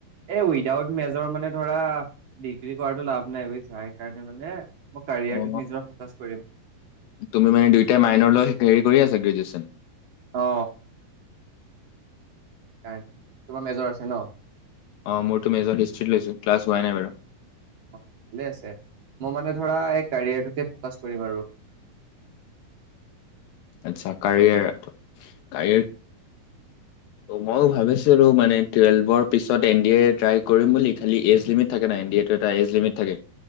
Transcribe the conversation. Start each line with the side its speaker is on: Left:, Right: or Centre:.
Right: এই উইদাউট মেজৰ মানে ধৰা ডিগ্ৰী কৰাতটো লাভ নাই বুজিছা সেইকাৰণে মানে। মই কাৰিয়াৰটোত
Left: অ
Right: নিজৰ ফকাচ কৰিম
Left: তুমি মানে দুয়ইটাই মাইনৰ ল হেৰি কৰি আছা গ্ৰেজুৱেচন।
Right: অ। সাই তোমাৰ মেজৰ আছে ন।
Left: অঁ মোৰতো মেজৰ হিষ্ট্ৰত লৈছোঁ ক্লাছ হোৱাই নাই বাৰু।
Right: অ ভালে আছে মই মানে ধৰা এই কেৰিয়াৰটোকে ফকাচ কৰিম আৰু।
Left: আছা কাৰিয়াৰ কাৰিৰ মইও ভাবিছিলো মানে টুৱেলভৰ পিছত এন ডি এ ট্ৰাই কৰিম বুলি খ এজ লিমিট থাকে ন এন ড এ এ লমিট থাকে।